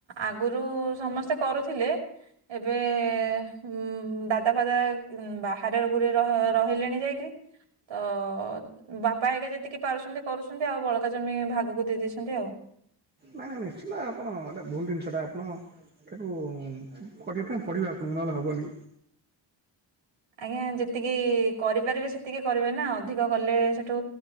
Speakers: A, on the right (about 85°); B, on the right (about 20°).
A: ଆଗରୁ ସମସ୍ତେ କରୁଥିଲେ। ଏବେ ଉ ଦାଦା ଫାଦା ବାହାରେ ଗୁରେ ର ରହିଲେଣି ଯାଇକି। ତ ଅ। ବାପା ହେଗା ଯେତିକି ପାରୁଛନ୍ତି କରୁଛନ୍ତି। ଆଉ ବଳକା ଜମି ଭାଗକୁ ଦେଇ ଦେଇେଛନ୍ତି ଆଉ।
B: ନାଇଁ ନାଇଁ ନିଶ୍ଚିନ୍ତ ଆପଣ ଏଇଟା ଭୁଲ ଜିନିଷଟା ଆପଣ। ତାକୁ କରିବା ପାଇଁ ପଡ଼ିବ ଆପଣଙ୍କ ନହେଲେ ହେବନି।
A: ଆଜ୍ଞା ଯେତିକି କରିପାରିବେ ସେତିକି କରିବେ ନା ଅଧିକ କଲେ ସେଠୁ।